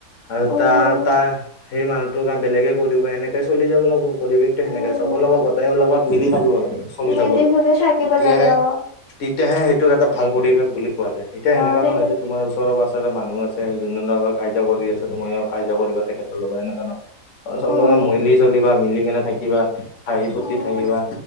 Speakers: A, on the left; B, on the left.
A: আৰু
B: উম
A: তাৰ তাৰ সেই মানুহটোৰ কাম বেলেগে কৰি দিব এনেকে চলি যাব লাগিব। পৰিৱেশটো সেনেকাই
B: উম
A: চবৰে লগত গোটে লগত মিলি থাকিব লাগে চলি
B: মিলি
A: থাকিব লাগে।
B: জুলি থাকিব
A: তেতিয়াহে
B: লাগে অ
A: তেতিয়াহে সেইটোক এটা ভাল পৰিবেশ বুলি কোৱা যায় এতিয়া
B: অ
A: সেনেকা
B: তেতিয়া
A: নহয় যে তোমাৰ ওচৰৰ পা। জৰে মানুহ আছে যোনজনৰ লগত কাৰ্য কৰি আছে তুমিও কাৰ্য কৰিবা তেখেতৰ লগত এনেকা নহয় চব
B: উম
A: লগত মলি চলিবা, মিলি কেনে থাকিবা, হাঁহি ফূৰ্তি
B: উম
A: থাকিবা